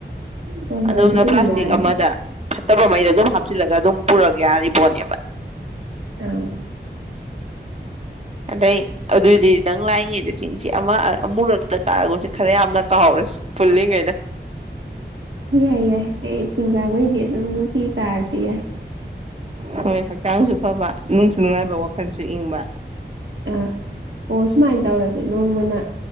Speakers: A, on the right; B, on the right.
A: ꯍꯣꯏ ꯍꯣꯏ
B: ꯑꯗꯨꯝꯅ
A: ꯑꯗꯨꯕꯨꯗꯤ
B: ꯄ꯭ꯂꯥꯁꯇꯤꯛ
A: ꯌꯥꯅꯤ
B: ꯑꯃꯗ ꯐꯠꯇꯕꯉꯩꯗ ꯑꯗꯨꯝ ꯍꯥꯞꯆꯤꯜꯂꯒ ꯑꯗꯨꯝ ꯄꯨꯔꯒꯦ ꯍꯥꯏꯔꯤꯕꯅꯦꯕ
A: ꯑ
B: ꯑꯗꯩ ꯑꯗꯨꯗꯤ ꯅꯪ ꯂꯥꯏꯉꯩꯗ ꯆꯤꯡꯁꯤ ꯑꯃ ꯑꯃꯨꯔꯛꯇ ꯀꯥꯔꯒꯣꯁ ꯈꯔ ꯌꯥꯝꯅ ꯀꯥꯎꯍꯧꯔꯁꯤ ꯄꯨꯜꯂꯤꯉꯩꯗ
A: ꯌꯥꯏ ꯌꯥꯏ ꯑꯩ ꯆꯤꯡꯒꯥ ꯃꯩꯗ ꯑꯗꯨ ꯑ ꯀ ꯀꯥꯔꯁꯤ ꯌꯥꯔ
B: ꯍꯣꯏ ꯍꯣꯏ ꯆꯥꯡꯁꯨ ꯄꯕ ꯅꯨꯡꯁꯨ ꯅꯨꯡꯉꯥꯏꯕ ꯋꯥꯈꯜꯁꯨ ꯏꯪꯕ
A: ꯑ ꯑꯣ ꯁꯨꯃꯥꯏꯅ ꯇꯧꯔꯁꯦ ꯅꯣꯡꯃꯅ